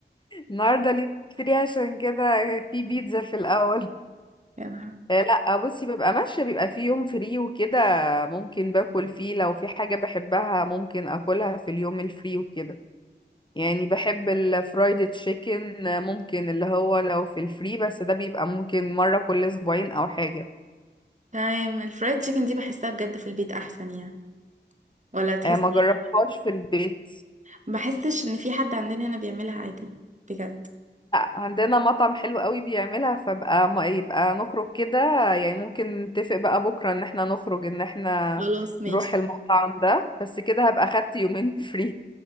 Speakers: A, on the left; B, on the right.
A: النهارده اليوم فري عشان كده في بيتزا في الاول
B: يا نهار.
A: آه، لا بصي ببقى ماشيه بيبقى في يوم فري وكده ممكن باكل فيه لو في حاجه بحبها ممكن اكلها في اليوم الفري وكده يعني بحب الفرايد تشيكن ممكن اللي هو لو في الفري بس ده بيبقى ممكن مرة كل اسبوعين او حاجة
B: تمام الفرايد تشيكن دي بحسها بجد في البيت احسن يعني ولا بتحسي
A: آه، ما جربتهاش
B: ايه
A: في البيت
B: بحسش ان في حد عندنا هنا بيعملها عادي بجد
A: آه، عندنا مطعم حلو قوي بيعملها فبقى ما يبقى نخرج كده يعني ممكن نتفق بقى بكرة ان احنا نخرج ان احنا
B: خلاص ماشي
A: نروح المطعم ده بس كده هبقى خدت يومين فري